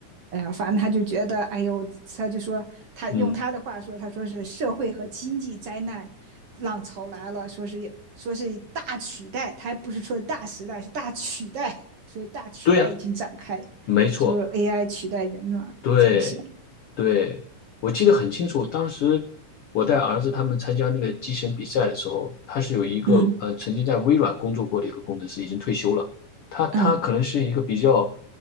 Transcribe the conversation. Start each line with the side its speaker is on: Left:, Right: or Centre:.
Right: 哎呀，反正他就觉得，哎呦，他就说，他用他的话说，
Left: 嗯，
Right: 他说是社会和经济灾难浪潮来了，说是说是大取代，他还不是说大时代，是大取代，说大取代已经展开，
Left: 对呀，没错，
Right: 就是 AI 取代人了这些。
Left: 对。对，我记得很清楚，当时我带儿子他们参加那个机器人比赛的时候，他是有一个呃曾经在微软工作过的一个工程师，
Right: 嗯
Left: 已经退休了。他他可能是一个比较
Right: 嗯